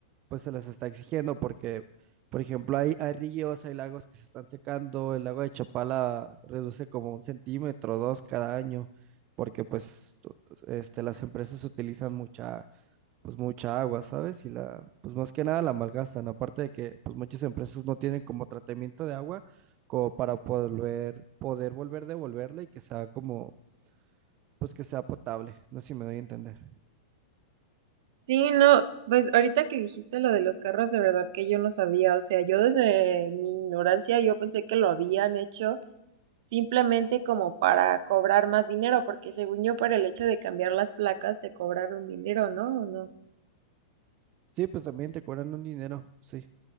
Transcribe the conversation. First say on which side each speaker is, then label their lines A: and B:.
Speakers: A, on the right; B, on the right.
A: pues se les está exigiendo? Porque, por ejemplo, hay, hay ríos, hay lagos que se están secando, el lago de Chapala reduce como un centímetro, dos cada año, porque pues tu- tu- este, las empresas utilizan mucha pues mucha agua, ¿sabes? Y la, pues más que nada la malgastan, aparte de que pues muchas empresas no tienen como tratamiento de agua como para poder, poder volver devolverla y que sea como, pues que sea potable, no sé si me doy a entender.
B: Sí, no, pues ahorita que dijiste lo de los carros, de verdad que yo no sabía. O sea, yo desde mi ignorancia yo pensé que lo habían hecho simplemente como para cobrar más dinero, porque según yo, por el hecho de cambiar las placas te cobraron dinero, ¿no? ¿O no?
A: Sí, pues también te cobran un dinero, sí.